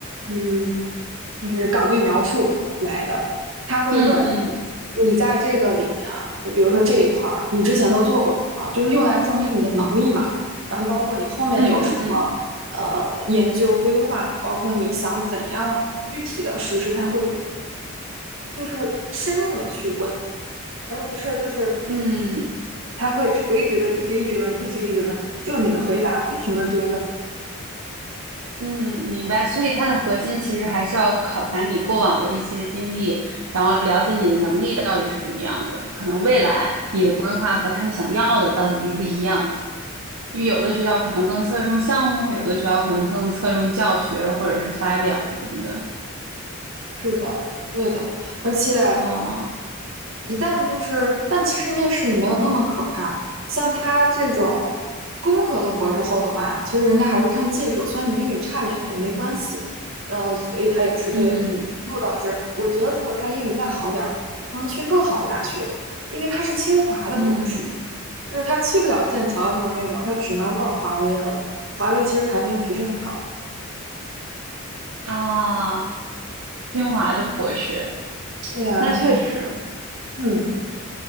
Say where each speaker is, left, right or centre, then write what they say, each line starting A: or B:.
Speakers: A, on the right (about 65°); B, on the right (about 85°).
A: 嗯，就是岗位描述来的。他会问
B: 嗯嗯
A: 你在这个里面啊，就比如说这一块儿，你之前都做过什么，就是用来证明你的能力嘛。然后包括你后面有什么
B: 嗯嗯嗯嗯。
A: 呃研究规划，包括你想怎样具体的实施，他会就是深入的去问，而不是就是
B: 嗯
A: 他会垂直的一直一直问，一直一直问，就你的回答不停的追问。
B: 嗯，明白。所以它的核心其实还是要考察你过往的一些经历，然后了解你的能力到底是怎么样的，可能未来你的规划和他们想要的到底一不一样。因为有的学校可能更侧重项目，有的学校可能更侧重教学或者是发表什么的。
A: 是的，对的，而且。
B: 啊，
A: 一旦就是，但其实面试也没有那么可怕。像他这种工科的博士后的话，其实人家还是看技术，虽然你英语差点也没关系，呃，所以他也是被录到这儿。
B: 嗯
A: 我觉得如果他英语再好点儿，他能去更好的大学，因为他是清华的博士，
B: 嗯
A: 就是他去不了剑桥啊什么那种，他只能到华为了。最后，华为其实排名不是很高。
B: 啊，清华的博士，
A: 对呀，
B: 那确实
A: 嗯，